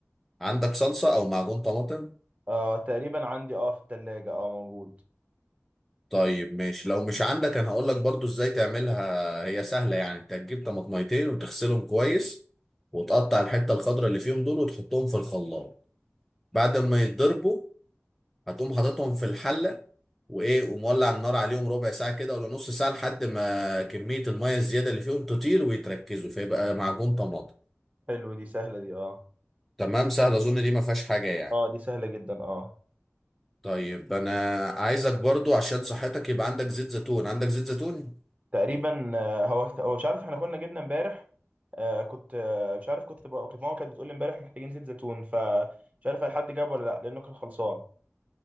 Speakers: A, in the centre; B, on the right (about 30°).
A: عندك صلصه او معجون طماطم
B: آه تقريبا عندي اه في الثلاجة اه موجود
A: طيب ماشي لو مش عندك انا هقول لك برضو ازاي تعملها هي سهله يعني انت هتجيب طماطميتين وتغسلهم كويس وتقطع الحته الخضراء اللي فيهم دول وتحطهم في الخلاط بعد ما يتضربوا هتقوم حاططهم في الحله وايه ومولع النار عليهم ربع ساعه كده ولا نص ساعه لحد ما كميه الميه الزياده اللي فيهم تطير ويتركزوا فيبقى معجون طماطم
B: حلو دي سهلة دي اه
A: تمام سهل اظن دي ما فيهاش حاجه يعني
B: اه دي سهلة جدا اه
A: طيب انا عايزك برضو عشان صحتك يبقى عندك زيت زيتون عندك زيت زيتون
B: تقريبا آه، هو هو مش عارف احنا كنا جبنا امبارح آه كنت آه مش عارف كنت بقى كانت ماما كانت بتقول لي امبارح محتاجين زيت زيتون فمش عارف هل حد جاب ولا لا لانه كان خلصان